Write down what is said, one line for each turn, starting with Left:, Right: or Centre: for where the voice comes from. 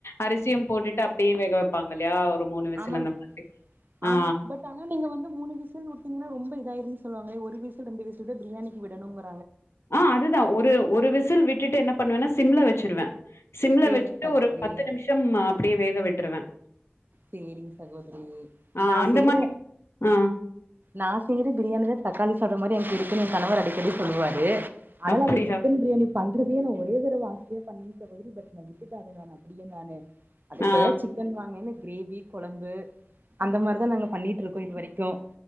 Left: அரிசியும் போட்டு ட்டு அப்டியே வேக வைப்பாங்க இல்லையா
Right: ஆமாங்
Left: அந்த மா ஆ,
Right: ஆமா பட் ஆனா நீங்க வந்து மூணு விசிலு விட்டீங்கன்னா ரொம்ப இதாயிரும் சொல்லுவாங்களே ஒரு வீசில் ரெண்டு வீசில் பிரியாணிக்கு விடனும் வா
Left: ஆஹ் அதுதான் ஒரு ஒரு விசில் விட்டுட்டு என்ன பண்ணுவேன்னா சிம்ல வச்சிருவேன் சிம்ல
Right: சேரிங்க
Left: வச்சுட்டு
Right: சகோதரி
Left: ஒரு பத்து நிமிஷம் அப்டியே வேக விட்ருவேன்
Right: சேரிங் சகோதிரி
Left: ஆ
Right: நான்
Left: அந்த
Right: செய்ற
Left: மாரி ஆ
Right: நான் செய்ற பிரியானிலா தக்காளி சாதம் மாரி எனக்கு இருக்குன்னு என் கணவர் அடிக்கடி சொல்லுவாரு அதல
Left: அப்டியா?
Right: அந்த சிக்கன் பிரியாணி பண்றதே நா நெறைய பேர் <inaudible> பட் நா விட்டுட்டேன் அத நானு அப்டியே நானு அது இப்பதான்
Left: ஆ
Right: சிக்கன் வாங்கின்னு க்ரேவி கொளம்பு அந்த மார்தான் நாங்க பண்ணிட்டிருக்கோம் இது வரைக்கும்